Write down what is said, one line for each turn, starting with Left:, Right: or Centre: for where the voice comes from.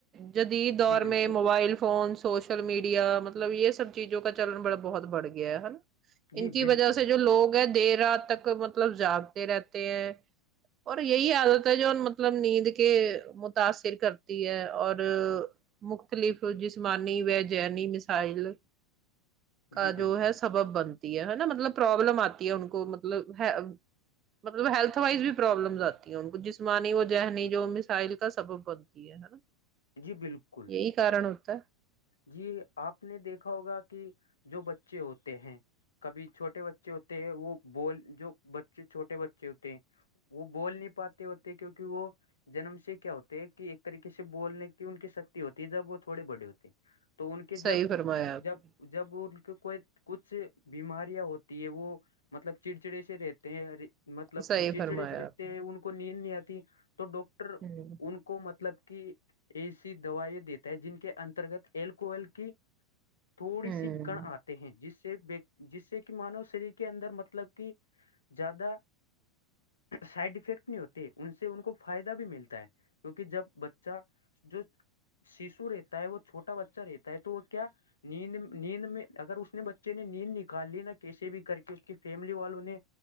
Right: جدید دور
Left: جی بالکل
Right: میں موبائل فون سوشل میڈیا مطلب یہ سب چیزوں کا چلن بڑا بہت بڑھ گیا ہے نا
Left: جی
Right: ان کی
Left: بالکل
Right: وجہ سے جو لوگ ہیں دیر رات تک مطلب جاگتے رہتے ہیں اور یہی عادت ہے جو مطلب نیند کے متاثر کرتی ہے اور مختلف جسمانی و ذہنی مسائل کا
Left: جی بالکل
Right: جو ہے سبب بن تی ہے نا مطلب پرابلم آتی ہے ان کو مطلب ہ مطلب ہیلتھ وائز بھی پرابلمس آتی ہیں ان کو جسمانی و ذہنی جو مسائل کا سبب بنتی ہے نا
Left: جی بالکل
Right: یہی کارن ہوتا ہے
Left: جی آپ نے دیکھا ہوگا کہ جو بچے ہوتے ہیں کبھی چھوٹے بچے ہوتے ہیں وہ بول جو بچے چھوٹے بچے ہوتے ہیں وہ بول نہیں پاتے ہوتے کیونکہ وہ جنم سے کیا ہوتے ہیں کہ ایک طریقے سے بولنے کی ان کی شکتی ہوتی ہے جب وہ تھوڑے بڑے ہوتے تو ان کے
Right: صحیح
Left: جب
Right: فرمایا آپ
Left: جب
Right: نے
Left: جب ان کے کوئی کچھ بیماریاں ہوتی ہے وہ مطلب چڑچڑی سے رہتے ہیں ہر مطلب
Right: صحیح
Left: چچڑے
Right: فرمایا
Left: سے رہتے
Right: آپ نے
Left: ہیں ان کو نیند نہیں آتی تو ڈاکٹر
Right: ہوں
Left: ان کو مطلب کہ ایسی دوائی دیتا ہے جن کے انترگت اللکوہل کی تھوڑی
Right: ہوں
Left: سی <unintelligible> ہیں جس سے جس سے کہ مانو شریر کے اندر مطلب کہ زیادہ سائڈ افیکٹ نہیں ہوتے ان سے ان کو فائدہ بھی ملتا ہے کیونکہ جب بچہ جو ششو رہتا ہے وہ چھوٹا بچہ رہتا ہے تو وہ کیا نیند م نیند میں اگر اس نے بچے نے نیند نکال لی نا کیسے بھی کر کے اس کی فیملی والوں نے